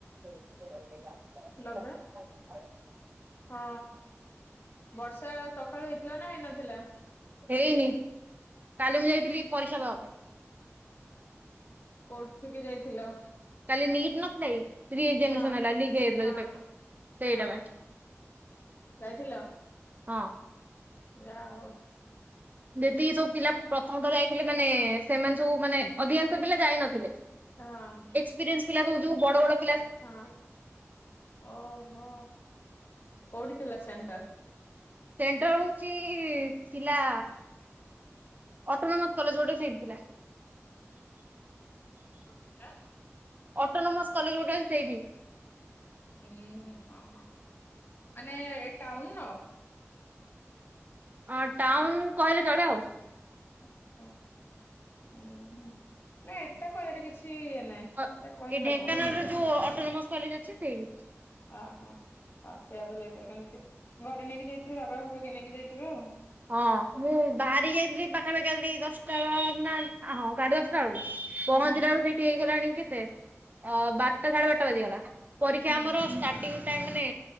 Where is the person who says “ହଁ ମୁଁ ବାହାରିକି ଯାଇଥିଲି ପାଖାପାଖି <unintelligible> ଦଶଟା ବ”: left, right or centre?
Right